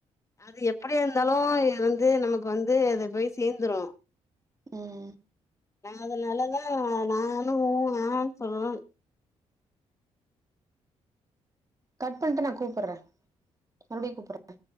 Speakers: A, on the left (about 25°); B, on the right (about 30°).
A: அது எப்படியா இருந்தாலு எ வந்து நமக்கு வந்து அத போய் சேந்துரு
B: ம்
A: அதனாலதா நானு நானு சொல்லல
B: கட் பண்ட்டு நா கூப்புர்ற மறுடியு கூப்புர்ற